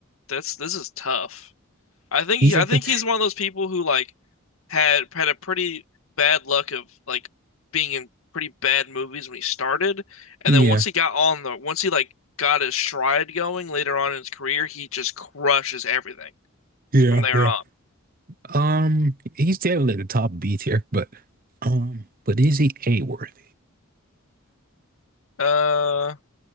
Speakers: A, on the left; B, on the right.
A: that's this is tough. I think
B: He's
A: I
B: at
A: think
B: the
A: he's one of those people who like had had a pretty bad luck of like being in pretty bad movies when he started, and
B: yeah.
A: then once he got on the once he like got his stride going later on in his career, he just crushes everything
B: Yeah,
A: from there
B: yeah.
A: on.
B: Um, he's definitely at the top B tier, but um, but is he A worthy?
A: Uh,